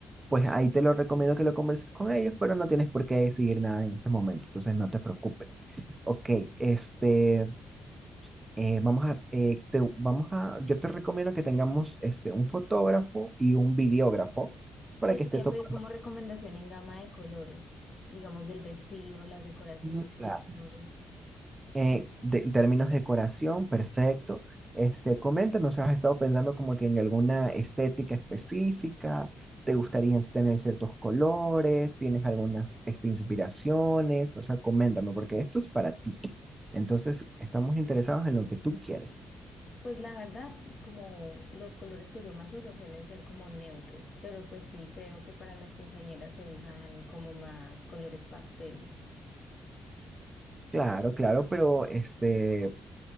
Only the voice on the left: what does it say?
Te
quería
pedir como recomendación en gama de colores, digamos del vestido, las decoraciones,
las flores.
Pues la verdad, como los colores que yo más uso suelen ser como neutros, pero pues sí, creo que para las quinceañeras se usan como más colores pasteles.